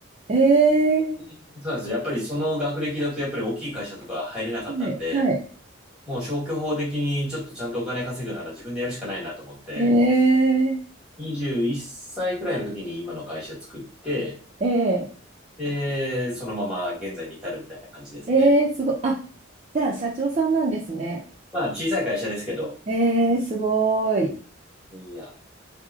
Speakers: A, on the right; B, in the centre.
A: え、ええ、
B: そうなんですよ。やっぱりその学歴だとやっぱり大きい会社とか入れなかったんで、
A: はい、はい、
B: もう消去法的にちょっとちゃんとお金稼ぐなら自分でやるしかないなと思って、
A: ええ、
B: 21歳くらいの時に今の会社作って、
A: ええ、
B: で、そのまま現在に至るみたいな感じですね。
A: ええ、すごい、あ、じゃあ、社長さんなんですね。
B: まあ小さい会社ですけど、
A: ええ、すごい。
B: いや、